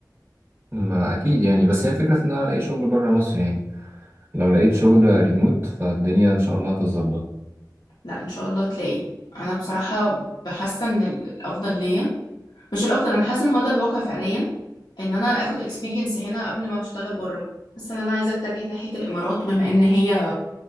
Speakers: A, on the right (about 25°); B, on the left (about 70°).
A: ما اكيد يعني بس هي الفكره في ان انا الاقي شغل بره مصر يعني لو لقيت شغل ريموت فالدنيا ان شاء الله هتتظبط
B: لا ان شاء الله هتلاقي انا بصراحة بحاسة ان ال- الافضل ليا مش الافضل انا حاسة ان هو ده الواقع فعليا ان انا اخد اكسبيرينس هنا قبل ما بشتغل بره حاسة ان انا عايزة اتجه ناحية الامارات بما ان هي